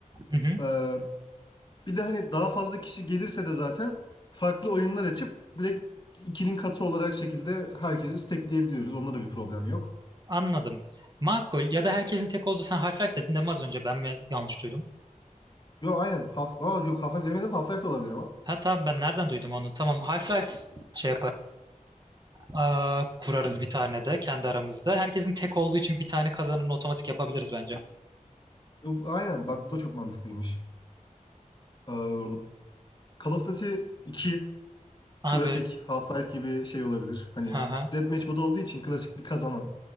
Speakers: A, on the right; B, on the left.
A: Hı hı.
B: Ee, Bir de hani daha fazla kişi gelirse de zaten farklı oyunlar açıp direkt ikinin katı olarak şekilde herkesi stackleyebiliyoruz. Onda da bir problem yok.
A: Anladım. Makul ya da herkesin tek olduğu sen Half-Life dedin değil mi az önce ben mi yanlış duydum?
B: Yo aynen. Half, aa, yok Half-Life demedim. Half-Life de olabilir ama.
A: Ha tamam ben nereden duydum onu? Tamam Half-Life şey yapar. Aa, kurarız
B: Hı.
A: bir tane de kendi aramızda. Herkesin tek olduğu için bir tane kazanını otomatik yapabiliriz bence.
B: Yo, Aynen. Bak bu da çok mantıklıymış. Ee, Call of Duty 2
A: Abi,
B: klasik Half-Life gibi şey olabilir. Hani
A: hı hı.
B: Deathmatch modu olduğu için klasik bir kazanan.